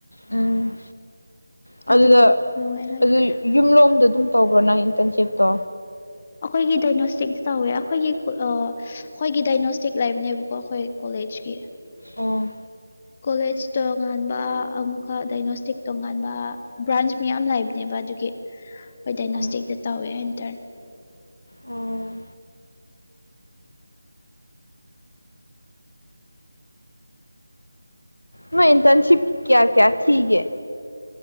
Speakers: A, on the left; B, on the left.
A: ꯎꯝ ꯑꯗꯨꯗ
B: ꯑꯗꯨꯕꯨ ꯅꯨꯡꯉꯥꯏ ꯂꯩꯇ꯭ꯔꯦ
A: ꯑꯗꯨ ꯌꯨꯝꯂꯣꯝꯗ ꯑꯗꯨꯝ ꯇꯧꯕ꯭ꯔꯣ ꯅꯪ ꯏꯟꯇꯔꯟꯁꯤꯞꯇꯣ
B: ꯑꯩꯈꯣꯏꯒꯤ ꯗꯥꯏꯅꯣꯁꯇꯤꯛ ꯇꯧꯋꯦ ꯑꯩꯈꯣꯏꯒꯤ ꯑ ꯑꯩꯈꯣꯏꯒꯤ ꯗꯥꯏꯅꯣꯁꯇꯤꯛ ꯂꯩꯕꯅꯦꯕꯀꯣ ꯑꯩꯈꯣꯏ ꯀꯣꯂꯦꯖꯀꯤ
A: ꯑꯣ
B: ꯀꯣꯂꯦꯖ ꯇꯣꯉꯥꯟꯕ ꯑꯃꯨꯛꯀ ꯗꯥꯏꯅꯣꯁꯇꯤꯛ ꯇꯣꯉꯥꯟꯕ ꯕ꯭ꯔꯥꯟꯁ ꯃꯌꯥꯝ ꯂꯩ ꯅꯦꯕ ꯑꯗꯨꯒꯤ ꯍꯣꯏ ꯗꯥꯏꯅꯣꯁꯇꯤꯛꯇ
A: ꯑꯣ
B: ꯇꯧꯋꯦ ꯏꯟꯇꯔꯟ
A: ꯑꯣ ꯅꯣꯢ ꯏꯟꯇꯔꯟꯁꯤꯞꯀꯤ ꯀꯌꯥ ꯀꯌꯥ ꯊꯤꯒꯦ